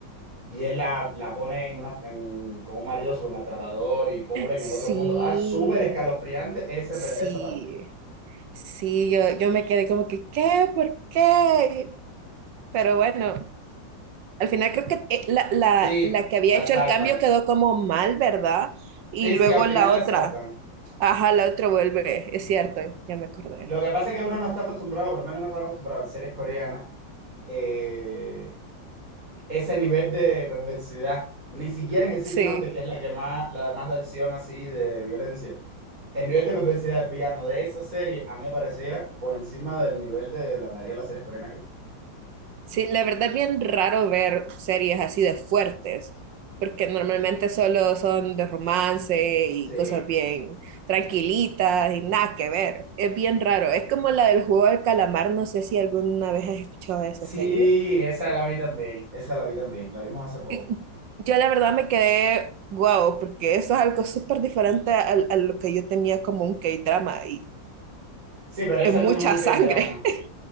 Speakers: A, on the right (about 50°); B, on the right (about 80°).
A: y él la, la pone en una, en un- con un marido súper maltratador y pobre en
B: sí,
A: el otro mundo. Ah, súper escalofriante ese,
B: sí,
A: pe- esa parte.
B: sí, yo, yo me quedé como que, ¿qué? ¿Por qué? Pero bueno, al final creo que eh, la, la,
A: Sí,
B: la que había
A: la
B: hecho
A: salvan.
B: el cambio quedó como mal, ¿verdad? Y
A: Sí,
B: luego
A: sí, al final
B: la
A: la
B: otra,
A: salvan.
B: ajá, la otra vuelve, es cierto, ya me acordé.
A: Lo que pasa es que uno no está acostumbrado, por lo menos no está acostumbrado en series coreanas, eh, ese nivel de perversidad. Ni siquiera en el City
B: Sí.
A: Hunter, que es la que más, la de más de acción así de violencia. El nivel de perversidad del villano de esa serie a mí me parecía por encima del nivel de la mayoría de las series coreanas que he visto.
B: Sí, la verdad es bien raro ver series así de fuertes, porque normalmente solo son de romance y
A: Sí.
B: cosas bien tranquilitas y nada que ver. Es bien raro. Es como la del juego del calamar, no sé si alguna vez has escuchado de esa
A: Sí,
B: serie.
A: esa la vi también, esa la vi también, la vimos hace poco.
B: Y Yo la verdad me quedé guau, porque eso es algo súper diferente a, a lo que yo tenía como un K-drama y
A: Sí, pero ese
B: es mucha
A: no es un K-drama.
B: sangre. <laughs>